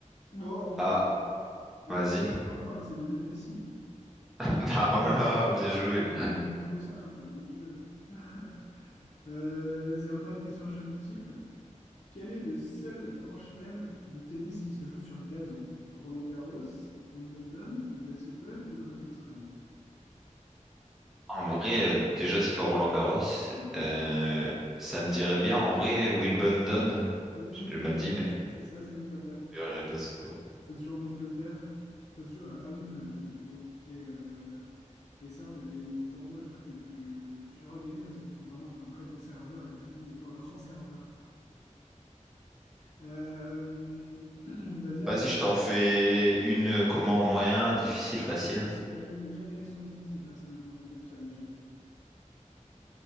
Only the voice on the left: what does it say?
Bon, enfin,
enfin,
enfin, hein, c'est Lionel Messi.
Beaucoup, beaucoup trop simple, mon Dieu. <laughs> Euh, vas-y, encore une question à choix multiple. Quel est le seul grand chelem de tennis qui se joue sur gazon? Roland-Garros, Wimbledon, l'US Open ou l'Open d'Australie?
Non.
Ou-
Wimbledon,
ouais.
C'est ça, c'est Wimbledon.
Ça se joue en Angleterre. Ça se joue à, à Wimbledon, du coup. Et, euh, et c'est un des mes tournois, du coup, les plus, les plus durs à gagner parce qu'il faut vraiment être un très bon serveur et tout le monde n'est pas un grand serveur. Euh, <clears throat> vas-y, à
toi.
Difficile, moi j'aime les, j'aime les questions difficiles personnellement, j'aime bien challenger.